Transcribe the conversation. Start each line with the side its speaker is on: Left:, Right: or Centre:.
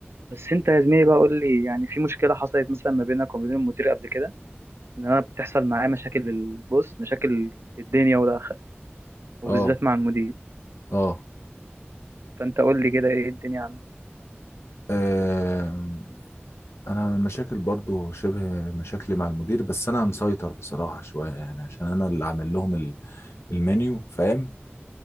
Right: بس انت يا زميلي بقى قول لي يعني في مشكلة حصلت مثلا ما بينك وما بين المدير قبل كده ان انا بتحصل معايا مشاكل البص مشاكل الدنيا والاخرة وبالذات
Left: اه
Right: مع المدير
Left: اه
Right: فانت قول لي كده ايه الدنيا عندك
Left: آم، انا مشاكل برضو شبه مشاكلي مع المدير بس انا مسيطر بصراحه شويه يعني عشان انا اللي عامل لهم المنيو فاهم